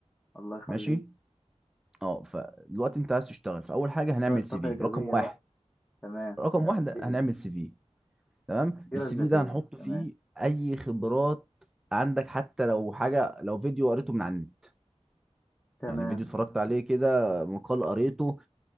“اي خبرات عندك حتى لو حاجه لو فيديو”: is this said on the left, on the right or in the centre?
Centre